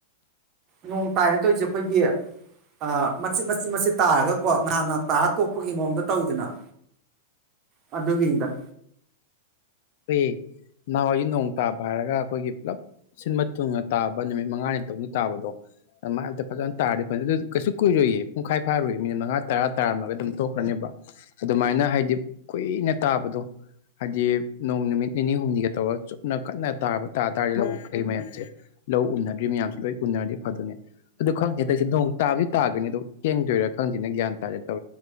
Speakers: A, on the right (about 35°); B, on the left (about 55°).
A: ꯅꯣꯡ ꯇꯥꯏꯅꯦ ꯇꯧꯔꯤꯁꯦ ꯑꯩꯈꯣꯏꯒꯤ ꯑ ꯃꯆꯤꯠ ꯃꯆꯤꯠ ꯃꯆꯤꯠ ꯇꯥꯔꯒꯀꯣ ꯉꯍꯥꯛ ꯉꯍꯥꯛ ꯇꯥꯔꯒ ꯇꯣꯛꯄꯒꯤ ꯃꯑꯣꯡꯗ ꯇꯧꯏꯗꯅ ꯑꯗꯨꯒꯤꯅꯤꯗ
B: ꯆꯨꯏꯌꯦ ꯅꯍꯥꯟꯋꯥꯏꯗꯤ ꯅꯣꯡ ꯇꯥꯕ ꯍꯥꯏꯔꯒ ꯑꯩꯈꯣꯏꯒꯤ ꯄꯨꯂꯞ ꯁꯤꯟꯕ ꯊꯨꯡꯅ ꯇꯥꯕ ꯅꯨꯃꯤꯠ ꯃꯉꯥꯅꯤ ꯇꯔꯨꯛꯅꯤ ꯇꯥꯕꯗꯣ ꯑꯗꯨꯃꯥꯏꯅ ꯑꯃꯇ ꯐꯖꯅ ꯇꯥꯔꯗꯤ ꯐꯅꯤ ꯑꯗꯨꯑꯣꯏꯖꯨ ꯀꯩꯁꯨ ꯀꯨꯏꯔꯣꯏ ꯀꯨꯏꯔꯣꯏꯌꯦ ꯄꯨꯡꯈꯥꯏ ꯐꯥꯔꯣꯏꯑꯦ ꯃꯤꯅꯤꯠ ꯃꯉꯥ ꯇꯔꯥ ꯇꯥꯔꯝꯃꯒ ꯑꯗꯨꯝ ꯇꯣꯛꯈ꯭ꯔꯅꯦꯕ ꯑꯗꯨꯃꯥꯏꯅ ꯍꯥꯏꯗꯤ ꯀꯨꯏꯅ ꯇꯥꯕꯗꯣ ꯍꯥꯏꯗꯤ ꯅꯣꯡ ꯅꯨꯃꯤꯠ ꯅꯤꯅꯤ ꯍꯨꯝꯅꯤꯒ ꯇꯧꯔꯒ ꯆꯨꯞꯅ ꯀꯟꯅ ꯇꯥꯕ ꯇꯥ ꯇꯥꯔꯒꯗꯤ ꯂꯧꯀꯩꯀꯥ ꯃꯌꯥꯝꯁꯦ ꯂꯧ ꯎꯅꯗ꯭ꯔꯤ ꯌꯥꯝꯁꯦ ꯂꯣꯏ ꯎꯅꯔꯗꯤ ꯐꯗꯧꯅꯦ ꯑꯗꯨ ꯈꯪꯗꯦ ꯇꯧꯏꯁꯦ ꯅꯣꯡ ꯇꯥꯕꯗꯤ ꯇꯥꯒ꯭ꯔꯤꯅꯤ ꯑꯗꯣ ꯊꯦꯡꯗꯣꯏꯔꯥ ꯈꯪꯗꯦꯅ ꯒ꯭ꯌꯥꯟ ꯇꯥꯗꯦ <unintelligible>